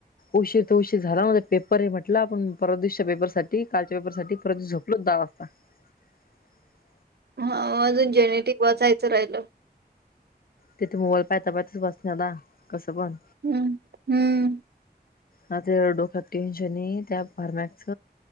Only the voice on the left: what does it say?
उशीर ते उशीर झाला म्हणलं, पेपर हाय म्हणलं आपण परवा दिवशी पेपर साठी कालच्या च्या पेपर साठी परत झोपलो. <unintelligible>
तिथे मोबाईल पाहता <unintelligible> नां कसं पण
हां ते डोक्यात टेन्शनी त्या फार मागच